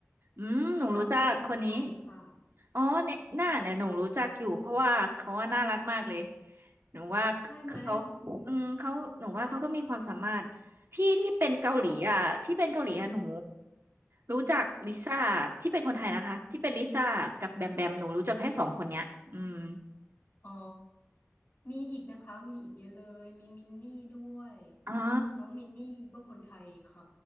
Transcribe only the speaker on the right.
อืมหนูรู้จักคนนี้
อ๋อเนี่ยหน้าเนี่ยหนูรู้จักอยู่เพราะว่าเขาว่าน่ารักมากเลยหนูว่าเขา
อืมเขาหนูว่าเขาก็มีความสามารถที่ที่เป็นเกาหลีอ่ะที่เป็นเกาหลีอ่ะหนู
รู้จักลิซ่าที่เป็นคนไทยนะคะที่เป็นลิซ่ากับแบมแบมหนูรู้จักแค่สองคนเนี้ยอืม
อ่า